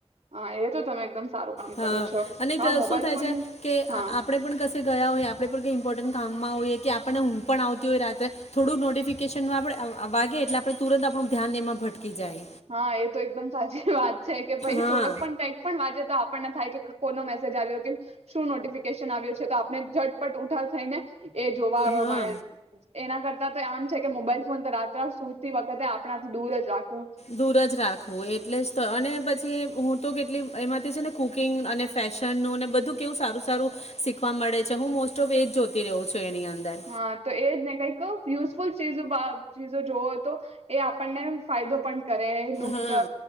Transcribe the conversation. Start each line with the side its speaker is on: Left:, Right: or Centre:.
Right: હા એ તો તમે એકદમ સારું કામ
Left: હા
Right: કરો છો
Left: અને
Right: હા
Left: ક
Right: મોબાઈલ
Left: શું થાય
Right: ફોન
Left: છે કે
Right: હા
Left: અહ આપડે પણ કશે ગયા હોય આપડે પણ <unintelligible> ઇમ્પોર્ટન્ટ કામમાં હોઈએ કે આપણને ઊંઘ પણ આવતી હોય રાત્રે થોડુંક નોટિફિકેશનમાં આપણે આ વાગે એટલે આપણે તુરંત આપણું ધ્યાન એમાં ભટકી જાય.
Right: હા એ તો એકદમ સાચી વાત છે કે ભાઈ
Left: હા
Right: થોડુંક પણ કઈક પણ વાગે તો આપણને થાય કે કોનો મેસેજ આવ્યો કે શું નોટિફિકેશન આવ્યો છે તો આપણે ઝટપટ ઉઠાવ થઈને એ જોવા આવે
Left: હા
Right: <unintelligible> એના કર તા તો આમ છે કે મોબાઈલ ફોન તો રાત્ર સુતી વખતે આપણાથી દૂર જ રાખવું.
Left: દૂર જ રાખવું એટલે જ તો અને પછી હું તો કેટલી એમાંથી છે ને કુકિંગ અને ફેશનનું ને બધું કેવું સારું સારું શીખવા મળે છે હું મોસ્ટ ઓફ એજ જોતી રહુ છું. એની અંદર
Right: હા તો એજ ને કઈકયુ. ફૂલ સોજો ભાવ ચીજો જોવો હતો એ આપણને ફાયદો પણ કરે નુકસ
Left: હા